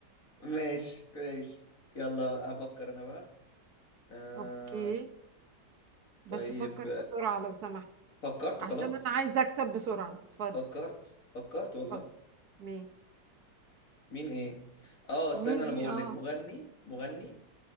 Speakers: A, on the left; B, on the right.
A: ماشي ماشي يلا افكر انا بقى آه
B: اوكي بس
A: طيب
B: فكر بسرعة لو سمحت
A: فكرت
B: عشان
A: خلاص
B: انا عايزه اكسب بسرعة اتفضل
A: فكرت فكرت والله
B: فكر مين
A: مين ايه اه استنى
B: مين
A: انا
B: ايه
A: بقول
B: اه
A: لك مغني مغني